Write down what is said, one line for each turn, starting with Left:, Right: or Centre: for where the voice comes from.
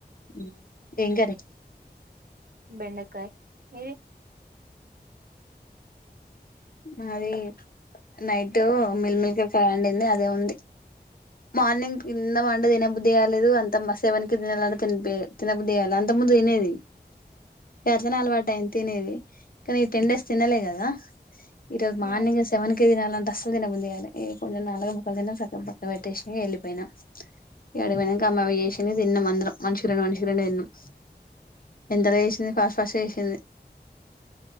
Left: మ్ ఏం కరి
Right: బెండకాయ్ మీది
Left: మది నైట్ మిల్మిల్క కరి వండింది అదే ఉంది మార్నింగ్ తిందమంటే తిన్నబుద్ది కట్ ట్లేదు అంత మ సేవన్కి తినాలంటే తిన్పె తినబుద్ది కాలే అంత ముందు తినేది ఎట్టనో
Right: ఉమ్
Left: అలవాటయింది తినేది. కానీ ఈ టెన్ డేస్ తినలే కదా. ఈరోజు మార్నింగ్
Right: ఉమ్
Left: సెవన్ కి దినాలంటె అస్సలు తినబుద్ధి కాలే. ఏ కొంచెం నాలుగు ముక్కలు తిన్న సక్కగ పక్కకి పెట్టేసినా. ఇంగ ఎళ్ళిపోయినా. ఇక ఆడ పోయినంక అమ్మ చేసింది తిన్నాం అందరం. మనిషికి రెండు మనిషికి రెండు తిన్నాం. ఎంతగా చేసింది, ఫాస్ట్ ఫాస్ట్ గ చేసింది.